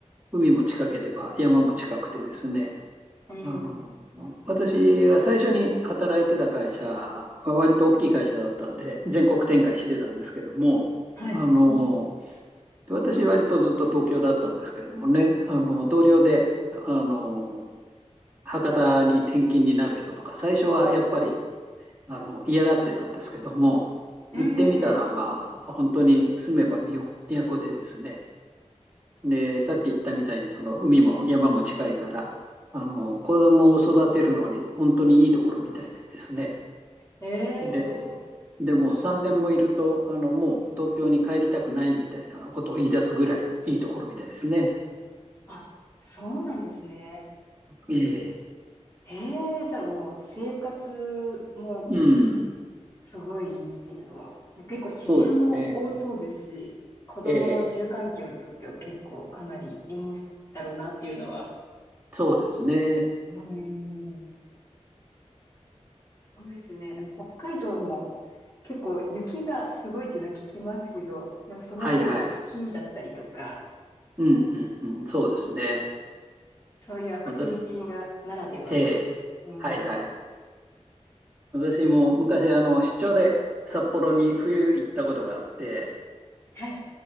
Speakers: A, on the right (about 15°); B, on the left (about 25°).
A: 海も近ければ山も近くてですね、
B: ーん、
A: あの、私が最初に働いてた会社は割と大きい会社だったんで、全国展開してたんですけども、
B: はい、
A: あの、私割とずっと東京だったんですけどもね、あの、同僚で、あの、博多に転勤になる人とか、最初はやっぱり、あの、嫌がってたんですけども、
B: うー
A: 行ってみたら、
B: ん、
A: まあ、本当に住めば都でですね、で、さっき言ったみたいに、その海も山も近いから、あの、子供を育てるのに本当にいいところみたいでですね。
B: ええー
A: で、でも3年もいると、あの、もう東京に帰りたくないみたいなことを言い出すぐらいいいところみたいですね。
B: あ、そうなんですね。
A: ええ、
B: ええーじゃあもう生活も
A: うん、
B: すごいいいっていうのは、結構自然も多そうですし、
A: そうですね。
B: 子供の自由環境にとっては結構かなりいいんだろうなっていうのは。
A: ええ、そうですね。
B: うーんそうですね。でも北海道も結構雪がすごいっていうのは聞きますけど、でもその分スキーだったりとか、
A: はいはい。うんうんうん、そうですね。
B: そういうアクティビティがならではで。
A: 私、ええ、
B: うん。
A: はいはい。
B: は
A: 私も昔、あの、出張で札幌に冬行ったことがあって、
B: い。